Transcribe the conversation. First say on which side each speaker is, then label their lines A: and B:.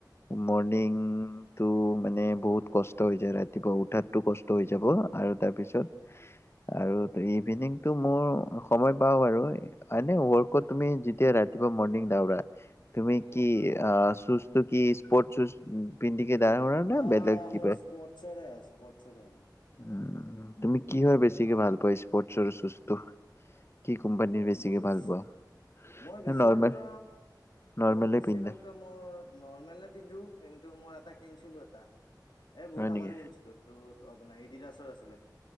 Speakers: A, on the left; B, on the left.
A: মৰ্ণিং টো মানে বহুত কষ্ট হৈ যায় ৰাতিপুৱা উঠাটো কষ্ট হৈ যাব আৰু তাৰ পিছত
B: উম
A: আৰু ইভিনিংটো মোৰ সময় পাও আৰু মানে ৱৰ্কত তুমি যেতিয়া ৰাতিপুৱা মৰ্ণিং দৌৰা তুমি
B: উম
A: কি আ সুজটো কি স্পট সুজ পিন্ধিকে দাওৰা
B: আহ
A: নে বেলেগ কিবা?
B: মোৰ স্পৰ্টচৰে হয় স্পৰ্টচৰে হয় মোৰ
A: উম তুমি কিহৰ বেছিকে ভাল পোৱা স্পৰ্টচৰ সুজটো। কি কোম্পানীৰ বেছিকে
B: শ্বুজ
A: ভাল পোৱা?
B: মই
A: নে
B: বেছিভাগতো,
A: নৰ্মেল নৰ্মেলে
B: মোৰ বেছিভাগটো
A: পিন্ধা
B: মই নৰ্মেলে পিন্ধো কিন্তু মই এটা কিনছিলো এটা, এ বহুত
A: হয়
B: আগতে
A: নেকি
B: কিনিছিলো। ত' আপোনাৰ এডিডাছৰ আছিলে,